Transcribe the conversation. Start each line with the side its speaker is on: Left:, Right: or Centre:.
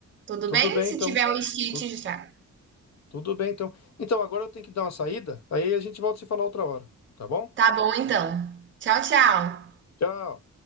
Right: tudo
Left: tudo
Right: bem?
Left: bem
Right: Se
Left: então.
Right: tiver o Stitch
Left: Tu-
Right: já.
Left: Tudo bem, então. Então, agora eu tenho que dar uma saída, aí a gente volta a se falar outra hora, tá bom?
Right: Tá bom então. Tchau, tchau.
Left: Tchau.